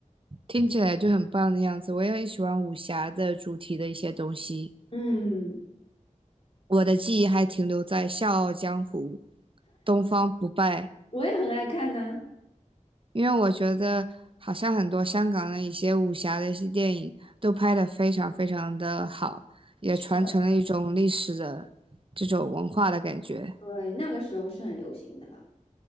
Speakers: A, on the right; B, on the left.
A: 听起来就很棒的样子。我也很喜欢武侠的主题的一些东西。
B: 嗯，
A: 我的记忆还停留在《笑傲江湖》《东方不败》，
B: 我也很爱看呢。
A: 因为我觉得好像很多香港的一些武侠的一些电影都拍得非常非常的好，也传承了一种历史的这种文化的感觉。
B: 是的，对，那个时候是很流行的了。